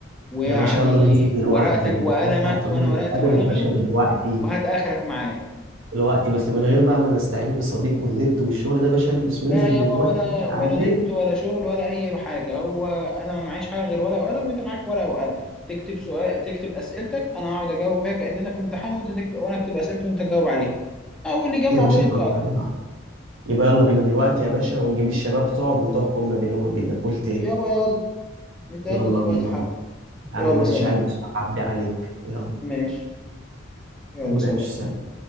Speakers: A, in the centre; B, on the right (about 65°).
A: ويعني
B: يا باشا يلا ننزل دلوقتي
A: ورقتك وقلمك
B: أنت لسه هتقول
A: وانا
B: لي
A: ورقتي
B: نتقابل
A: وقلمي
B: يا باشا
A: و...
B: دلوقتي
A: وهات اخرك معايا
B: دلوقتي بس من غير بقى ما نستعين بالصديق والنت والشغل ده يا باشا البس وانزل
A: لا يابا
B: دلوقتي
A: ولا
B: عدي
A: ولا
B: عليك
A: نت ولا شغل ولا اي حاجه هو انا ما معيش حاجه غير ورقه وقلم وانت معاك ورقه وقلم تكتب سؤال تكتب اسئلتك انا هقعد اجاوب فيها كاننا في امتحان وانت تكتب وانا اكتب اسئلتي وانت تجاوب عليها او اللي يجمع
B: يا باشا
A: بوينتس
B: توكلنا
A: اكتر
B: يبقى يلا بينا دلوقتي يا باشا ونجيب الشباب تقعد وتحكم ما بيني وما بينك قلت ايه
A: يابا يلا نتقابل
B: يلا
A: دلوقتي
B: بينا
A: حالا
B: يا
A: يلا
B: عم ماشي
A: سلام
B: هلبس وأعدي عليك يلا
A: ماشي يلا
B: ماشي
A: سلام
B: سلام